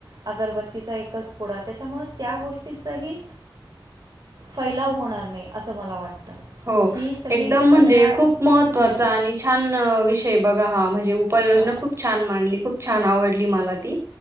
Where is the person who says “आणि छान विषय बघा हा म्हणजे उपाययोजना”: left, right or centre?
Right